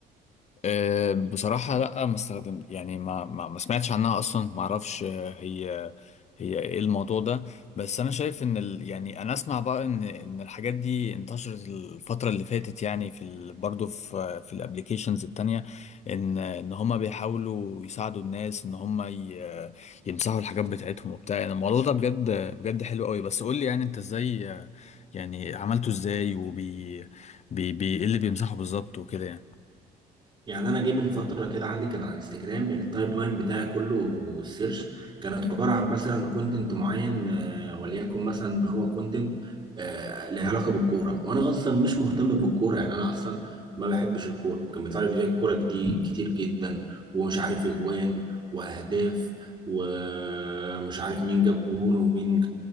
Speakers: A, on the left; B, on the right.
A: أه، بصراحة لا ما استخدم يعني ما ما ما سمعتش عنها أصلا ما أعرفش أه، هي هي إيه الموضوع ده بس أنا شايف إن ال يعني أنا أسمع بقى إن إن الحاجات دي انتشرت الفترة اللي فاتت يعني في ال برضه في في الأبليكيشنز التانية إن إن هما بيحاولوا يساعدوا الناس إن هما ي- يمسحوا الحاجات بتاعتهم وبتاع يعني الموضوع ده بجد بجد حلو قوي بس قول لي يعني أنت إزاي أه، يعني عملته إزاي وبي بي بي إيه اللي بيمسحه بالظبط وكده يعني
B: يعني انا جه من فتره كده عندي كان على انستجرام التايب لاين بتاعي كله السيرش كانت عباره عن مثلا كونتنت معين آه، وليكن مثلا هو كونتنت له علاقه بالكوره وانا اصلا مش مهتم بالكوره يعني انا اصلا ما بحبش الكوره كان بيطلع لي فيديوهات كوره دي كتير جدا ومش عارف اجوان واهداف ومش عارف مين جاب جون ومين